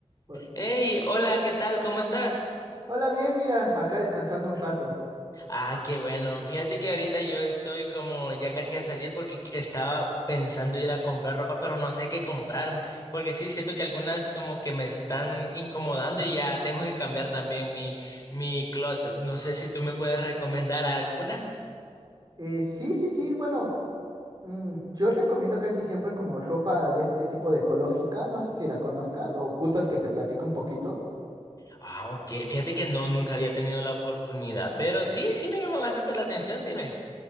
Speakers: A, on the right; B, on the left.
A: Hol-
B: Hey, hola, ¿qué tal? ¿Cómo estás?
A: Hola, bien, mira, acá descansando un rato.
B: Ah, qué bueno. Fíjate que ahorita yo estoy como ya casi a salir porque qu- estaba pensando ir a comprar ropa, pero no sé qué comprarme, porque sí, siento que algunas como que me están incomodando y ya tengo que cambiar también mi, mi closet. No sé si tú me puedes recomendar alguna.
A: Eh, sí, sí, sí, bueno, mm, yo recomiendo casi siempre como ropa de este tipo de ecológica, no sé si la conozcas o gustas que te platico un poquito.
B: Ah, ok. Fíjate que no, nunca había tenido la oportunidad, pero sí, sí me llama bastante la atención, dime.